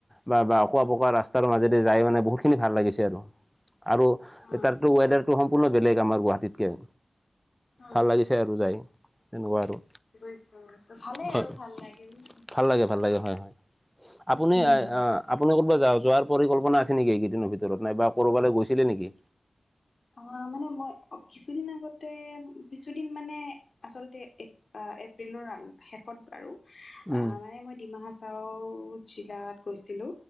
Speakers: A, in the centre; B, on the left (about 70°).
A: বা বা অকোৱা পকাৱা ৰাস্তাৰ মাজেদি যাই মানে বহুত খিনি ভাল লাগিছে আৰু। আৰু
B: উম,
A: তাতো ৱেডাৰটো সম্পূৰ্ণ বেলেগ আমাৰ গুৱাহাটীতকে,
B: উম,
A: ভাল লাগিছে আৰু যায় তেনেকুৱা আৰু
B: <unintelligible> ভালে
A: হয়
B: আৰু ভাল লাগিল।
A: ভাল লাগে, ভাল লাগে হয় হয়। আপুনি
B: হুম, হুম।
A: আপুনি ক'ৰবাত য যোৱাৰ পৰিকল্পনা আছে নেকি এইকেইদিনৰ ভিতৰত? নাইব ক'ৰবালৈ গৈছিলে নেকি?
B: অ মানে মই কিছুদিন আগতে কিছুদিন মানে আচলতে এ আ এপ্ৰিলৰ শেষত বাৰু
A: উম
B: অ মানে মই ডিমা হাচাও জিলাত গৈছিলো।